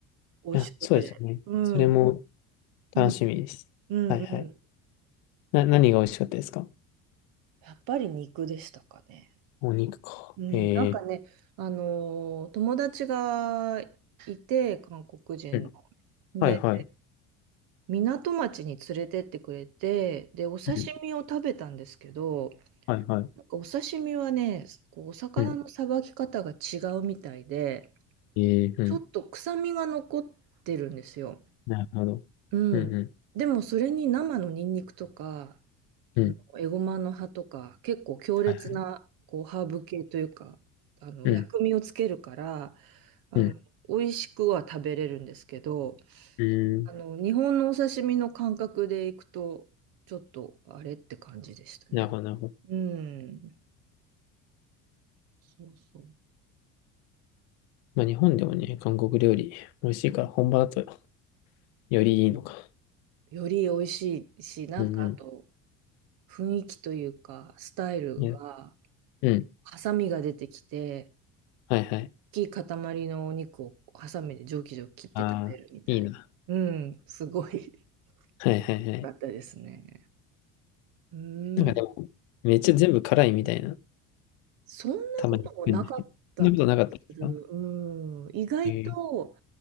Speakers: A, on the right; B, on the left.
A: 美味しくて。
B: うん。あ、そうですよね。
A: うん、
B: それも
A: う
B: 楽しみです。
A: ん、うんうん。
B: はいはい。な、何が美味しかったですか
A: やっぱり肉でしたかね。
B: お肉か。
A: うん、
B: ええ
A: なんかね、あのー友達がいて、韓国人の。
B: うん。はいはい。
A: で、港町に連れてってくれて、で、お刺身を食べたんですけど、
B: うん。はいはい。
A: なんかお刺身はね、こうお魚のさばき方が違うみたいで、
B: うん。ええうん。
A: ちょっと臭みが残ってるんですよ。
B: なるほど。
A: うん。
B: うんうん。
A: でもそれに生のニンニクとか、
B: うん。
A: あのエゴマの葉とか、結構強烈なこうハーブ系というか、
B: はいはい。
A: あの薬味をつけるから、
B: うん。
A: あの美味しくは食べれるんですけど、
B: うん。うん。
A: あの日本のお刺身の感覚でいくと、ちょっとあれって感じでしたね。
B: なるほどなるほど。
A: うん。そうそう。
B: まあ、日本でもね、韓国料理美味しいから本場だとよりいいのか。
A: より美味しいし、なんかあと
B: うんう
A: 雰囲気というか、スタイルが、
B: ん。いや、うん。
A: ハサミが出てきて、
B: はいはい。
A: 大きい塊のお肉をハサミでジョキジョキ切って食べるみたいな。
B: ああ、いいな。
A: うん、すごい <laughs>
B: はいはいはい。
A: 良かったですね。うーん、
B: なんかでも、めっちゃ全部辛いみたいな、
A: そんなこともなかった気がする。
B: たまに聞くんですけど。そんなことなかったですか
A: うん、意外と
B: えー、